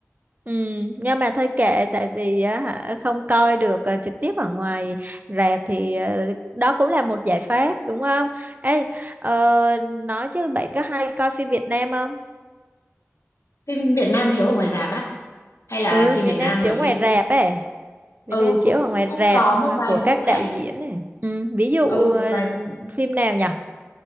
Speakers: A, on the right (about 35°); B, on the left (about 75°).
A: Ừ, nhưng mà thôi kệ tại vì á hả không coi được ờ, trực tiếp ở ngoài rạp thì ờ, đó cũng là một giải pháp đúng không? Ê ờ, nói chứ bạn có hay coi phim Việt Nam không?
B: phim Việt Nam chiếu ở ngoài rạp á hay là
A: Ừ,
B: phim
A: Việt
B: Việt
A: Nam
B: Nam
A: chiếu
B: ở trên
A: ngoài
B: TV
A: rạp ấy. Việt
B: ừ
A: Nam chiếu
B: cũng
A: ở ngoài
B: cũng
A: rạp
B: có
A: ờ,
B: một vài
A: của các
B: bộ
A: đạo
B: đấy
A: diễn này. Ừ, ví dụ
B: ừ một
A: ờ,
B: vài bộ
A: phim nào nhỉ?